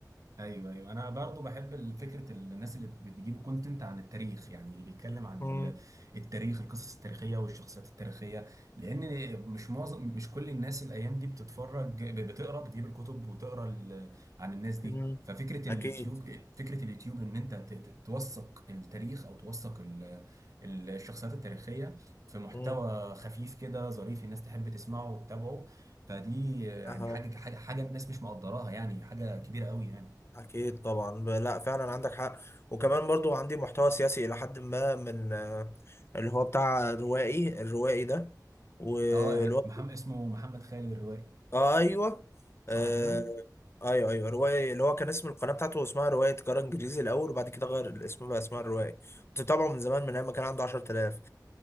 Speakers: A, on the right (about 50°); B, on the left (about 35°).
A: ايوه ايوه انا برضو بحب فكره الناس اللي بتجيب كونتنت عن التاريخ يعني اللي بيتكلم عن
B: مم.
A: ال- التاريخ القصص التاريخيه والشخصيات التاريخيه لان مش معظم مش كل الناس الايام دي بتتفرج بتقرا بتجيب الكتب وتقرا ال- عن الناس دي
B: مم.
A: ففكره
B: أكيد
A: اليوتيوب فكره اليوتيوب ان انت ت- ت- توثق التاريخ او توثق ال- ال- الشخصيات التاريخيه في محتوى
B: مم.
A: خفيف كده ظريف الناس تحب تسمعه وتتابعه فدي يعني
B: أها
A: حاجه حاجه حاجه الناس مش مقدراها يعني حاجه كبيره قوي يعني
B: أكيد طبعا ب- لا فعلا عندك حق وكمان برضو عندي محتوى سياسي إلى حد ما من آه، اللي هو بتاع روائي الروائي ده واللي
A: اه
B: هو
A: محمد اسمه محمد خالد الروائي
B: آه، ايوه
A: صح
B: آه
A: كده؟
B: ايوه ايوه روايه اللي هو كان اسم القناه بتاعته اسمها روايه قرار انجليزي الاول وبعد كده غير الاسم بقى اسمها الروايه كنت بتابعه من زمان من ايام ما كان عنده 10000